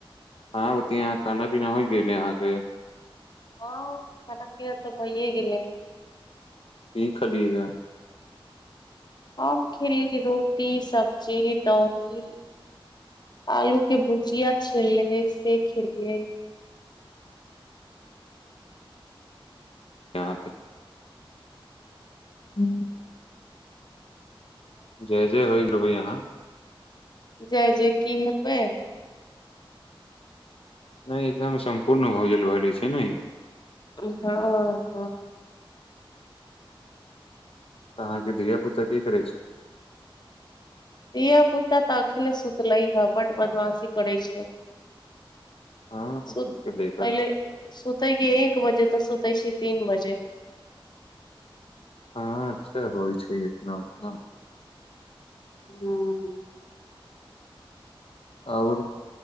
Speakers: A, on the left; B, on the left.
A: हँ बतिया खाना पीना होय गेलै यहाँ के
B: हँ खाना पीना तऽ भइये गेलैहैं
A: कि खलीयै है
B: हम खेली रोटी सब्जी दही आलू के भुजिया छेल्ले से खेलियै
A: य तऽ हूँ जय जय होइ गेल हभै अहाँ
B: जै जै की हेबै
A: नहि इतना मे सम्पूर्ण भौजलव <unintelligible> लै छै ने
B: हँ
A: तऽ अहाँ के धिया पुता की करै छै
B: धिया पुता तऽ अखने सुतलै ह बड बदमाशी करै छै
A: हँ
B: सु
A: लड़का
B: पहिले
A: सब
B: सुतै के एक बजे तऽ सुतै छी तीन बजे
A: हँ अच्छा होइ छै इतना उतना
B: हँ
A: आ ओर